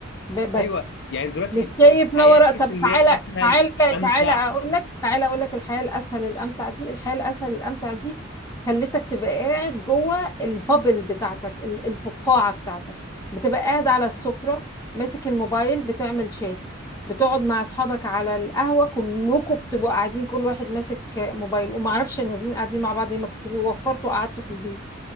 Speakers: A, on the left; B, on the left.
A: ب... بس
B: ايوه يعني دلوقتي
A: مش شايف
B: الحياه
A: ما وراء
B: تحس
A: طب
B: ان
A: تعالى
B: هي اسهل
A: تعالى
B: امتع
A: تعالى اقول لك تعالى اقول لك الحياه الاسهل الامتع دي الحياه الاسهل الامتع دي خلتك تبقى قاعد جوه البابل بتاعتك ال- الفقاعه بتاعتك بتبقى قاعد على السفره ماسك الموبايل بتعمل شات بتقعد مع اصحابك على القهوه كلكم بتبقوا قاعدين كل واحد ماسك موبايل وما اعرفش نازلين قاعدين مع بعض ليه ما كنتوا وفرتوا قعدتوا في البيت